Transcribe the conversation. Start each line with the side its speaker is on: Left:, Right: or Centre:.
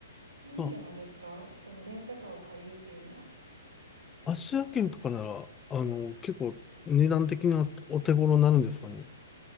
Right: 多いんじゃないですかそのレンタカーを借りるっていうのは。
Left: あ、アジア圏とかなら、あの、結構値段的にはお手頃になるんですかね。